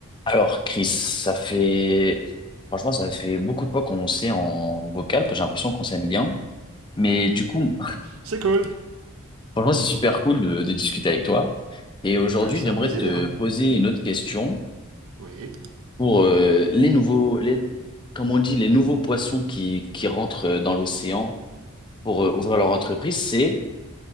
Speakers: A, on the left; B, on the right.
A: Alors, Chris, ça fait... Franchement, ça fait beaucoup de fois qu'on s'est en vocal, parce que j'ai l'impression qu'on s'aime bien. Mais du coup,
B: <laughs> c'est cool.
A: <laughs> franchement, c'est super cool de, de discuter avec toi. Et aujourd'hui,
B: Ben, c'est
A: j'aimerais
B: un plaisir.
A: te poser une autre question
B: Oui.
A: pour euh, les nouveaux, les, comme on dit, les nouveaux poissons qui, qui rentrent euh, dans l'océan pour euh, ouvrir leur entreprise. C'est